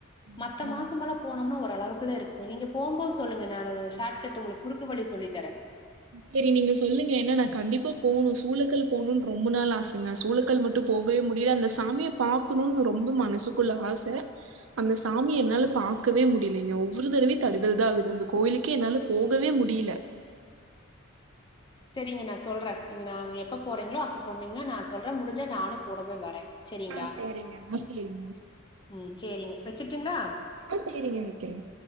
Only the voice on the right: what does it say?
ம்.
அப்படிங்களா?
சரி நீங்க சொல்லுங்க ஏன்னா நா கண்டிப்பா போணு சூளக்கல் போணும்னு ரொம்ப நாள் ஆசங்க சூளக்க கல் மட்டும் போகவே முடில அந்த சாமிய பார்க்கணும்னு ரொம்ப மனசுக்குள்ள ஆச அந்த சாமிய என்னால பாக்கவே முடியலங்க ஒவ்வொரு தடவையு தடுங்கல் தா ஆகுது அந்த கோயிலுக்கே என்னால போகவே முடில
ஆ, சரிங்க. ஆ, சரிங்க.
ஆ சேரிங்க வைக்கிரங்க